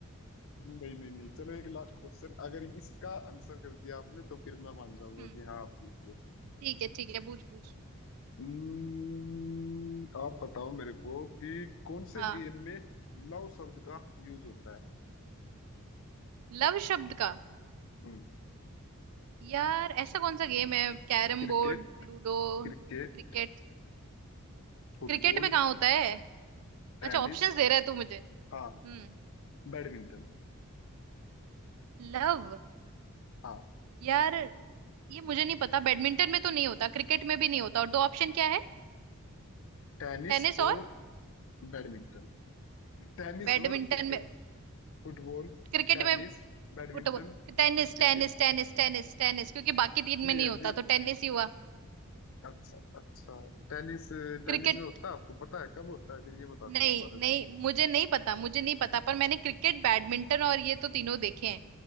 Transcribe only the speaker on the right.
हम्म
ठीक है ठीक है पूछ पूछ
हाँ
लव शब्द का
यार ऐसा कौन सा गेम है Carrom
board ludo
cricket
Cricket में कहाँ होता है अच्छा
ऑप्शंस दे रहा है तू मुझे
हम्म
लव
यार ये मुझे नहीं पता बैडमिंटन में तो नहीं होता क्रिकेट में भी नहीं होता और दो ऑप्शन क्या है
टेनिस
और
बैडमिंटन
में
क्रिकेट
में
football Tennis
tennis tennis tennis tennis क्योंकि बाकी तीन
में नहीं
होता तो टेनिस ही हुआ
क्रिकेट
नहीं
नहीं मुझे नहीं पता मुझे नहीं पता पर मैंने क्रिकेट बैडमिंटन और ये तो तीनों देखे हैं